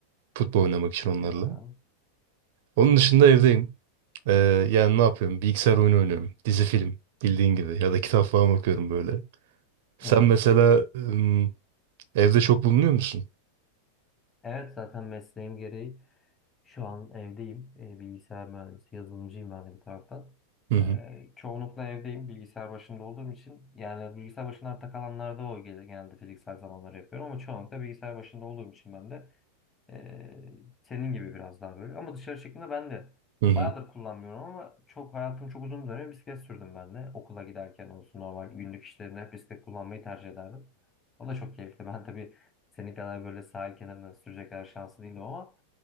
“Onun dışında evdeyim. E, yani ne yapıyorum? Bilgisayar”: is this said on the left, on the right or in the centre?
Right